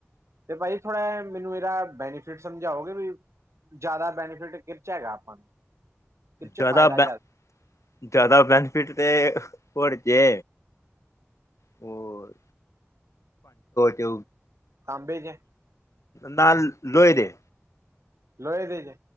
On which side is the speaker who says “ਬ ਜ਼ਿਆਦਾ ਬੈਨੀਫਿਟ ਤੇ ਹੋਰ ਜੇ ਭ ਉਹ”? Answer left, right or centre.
Left